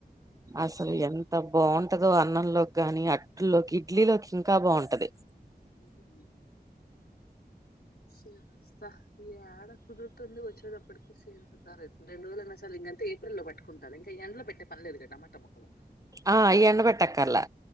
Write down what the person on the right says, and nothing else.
అసలు ఎంత బావుబటదో అన్నంలోగ్గాని అట్లోకి ఇడ్లీలోకి ఇంకా బవ్న్ టాది
ఆ ఇగ ఎండబెట్టక్కర్లా